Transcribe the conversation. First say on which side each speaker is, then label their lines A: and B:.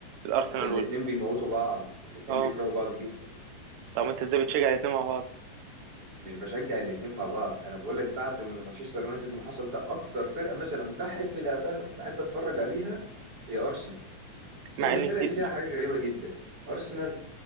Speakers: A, on the right; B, on the right.
A: الارسنال
B: ده الاتنين
A: وال
B: بيموتوا بعض الاتنين
A: اه
B: بيكرهوا بعض جدا
A: طب انت ازاي بتشجع الاثنين مع بعض
B: مش بشجع الاتنين مع بعض انا بقول لك بعد ما مانشستر يونايتد ما حصل ده اكتر فرقه مثلا بحب لعبها بحب اتفرج عليها هي ارسنال لان
A: مع ان
B: الفرقه
A: في
B: دي فيها حاجه غريبه جدا ارسنال